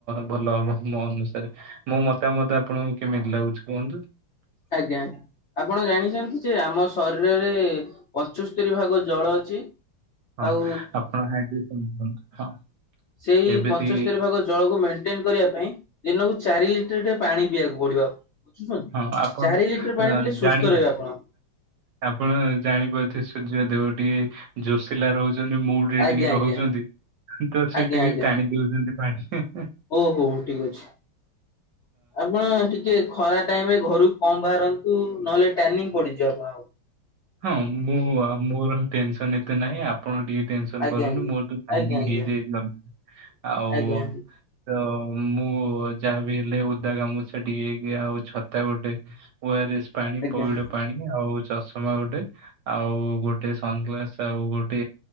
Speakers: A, on the right (about 65°); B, on the left (about 65°).
A: ଭଲ ହବ, ମୋ ଅନୁସାରେ। ମୋ ମତାମତ ଆପଣଙ୍କୁ କେମିତି ଲାଗୁଛି କୁହନ୍ତୁ?
B: ଆଜ୍ଞା। ଆପଣ ଜାଣିଛନ୍ତି ଯେ, ଆମ ଶରୀରରେ ପଚସ୍ତରୀ ଭାଗ ଜଳ ଅଛି।
A: ହଁ
B: ଆଉ
A: ଆପଣ ଆଗେ କୁହନ୍ତୁ ହଁ।
B: ସେଇ
A: ଏବେ
B: ପଚସ୍ତରୀ
A: ଟିକେ
B: ଭାଗ ଜଳକୁ ମେଣ୍ଟେନ କରିବା ପାଇଁ, ଦିନକୁ ଚାରି ଲି ଟର ପାଣି ପିଇବାକୁ ପଡିବ। ଆପଣଙ୍କୁ ବୁଝୁଛନ୍ତି
A: ହଁ ଆପଣ
B: ଚାରି ଲିଟର ପାଣି ପିଇଲେ ସୁସ୍ଥ
A: ଜାଣି
B: ରହିବେ ଆପଣ।
A: ଆପଣ ଜାଣିପାରୁଥିବେ, ସୂର୍ଯ୍ୟ ଦେବ ଟିକେ ଜୋସିଲା ରହୁଛନ୍ତି ମୁଡରେ
B: ଆଜ୍ଞା
A: ଟିକେ ରହୁଛନ୍ତି,
B: ଆଜ୍ଞା
A: ତ ସେ
B: ଆଜ୍ଞା
A: ଟିକେ
B: ଆଜ୍ଞା
A: ଟାଣି ଦଉଛନ୍ତି। ଆହିଁ ହିଁ।
B: ଓ ହୋ ଠିକ ଅଛି ଆପଣ ଟିକେ ଖରା ଟାଇମ ରେ ଘରୁ କମ ବାହାରନ୍ତୁ ନହେଲେ ଟାନିଂ ପଡିଯିବ ଆପଣଙ୍କ।
A: ହଁ ମୁଁ ମୋର ହେ ଟେନସନ ଏତେ ନାହିଁ ଆପଣ ଟିକେ ଟେନ୍‌ସନ୍‌
B: ଆଜ୍ଞା
A: କରୁନି ମୋର ଯୋଉ ପ୍ଳାନିଙ୍ଗ
B: ଆଜ୍ଞା ଆଜ୍ଞା
A: ହେଇଯାଇଚି ଅନେ ଆଉ
B: ଆଜ୍ଞା
A: ତ ମୁଁ ଯାହାବି ହେଲେ ଓଦା ଗାମୁଚ୍ଛା ଟିଏ କି ଆଉ ଛତା ଗୋଟେ ଓରାଏସ୍ ପାଣି
B: ଆଜ୍ଞା
A: ପଇଡ
B: ଆଜ୍ଞା
A: ପାଣି ଆଉ ଚଷ୍ ଷମା ଗୋଟେ ଆଉ ଗୋଟେ ସନଗ୍ଲାସ ଆଉ ଗୋଟେ